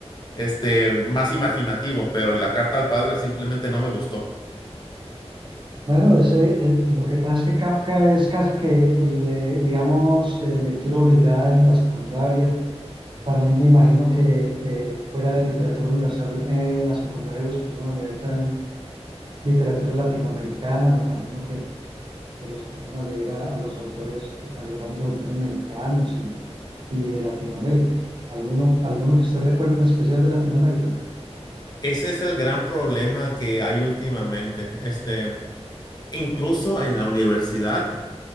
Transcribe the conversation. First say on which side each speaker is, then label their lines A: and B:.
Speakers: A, on the left (about 40°); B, on the right (about 45°).
A: este, más imaginativo, pero la carta al padre simplemente no me gustó.
B: Bueno, ese, eh, lo que pasa es que Kafka es casi que, el, eh, digamos, eh, lectura obligada en la secundaria. También me imagino que eh, fuera de literatura universal, eh, en la secundaria los pusieron a leer también literatura latinoamericana. Me imagino que, que los pusieron a leer a, a los autores, a los grandes autores mexicanos y, y de Latinoamérica. ¿Alguno, alguno que usted recuerde en especial de Latinoamérica?
A: Ese es el gran problema que hay últimamente. Este, incluso en la universidad,